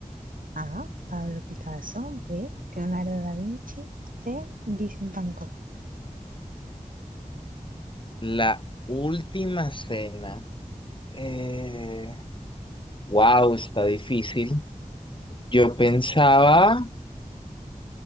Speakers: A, on the right (about 80°); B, on the left (about 35°).
A: A. Pablo Picasso. B. Leonardo da Vinci. C. Vincent Van Gogh.
B: La última cena. Eh, wow, está difícil. Yo pensaba,